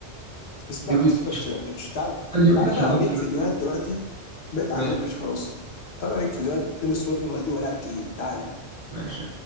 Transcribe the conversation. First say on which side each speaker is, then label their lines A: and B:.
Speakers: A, on the left; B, on the right.
A: ريسبكت
B: يوكيتش
A: ريسبكت يوكيتش تعال
B: هل يوكيتش
A: تعال بقى
B: هينهي
A: اوريك
B: مسيرته
A: فيديوهات دلوقتي بعيد عن
B: ماشي
A: يوكيتش خلاص تعال اوريك فيديوهات دينيس رودمان وقد ايه هو لاعب تقيل تعال
B: ماشي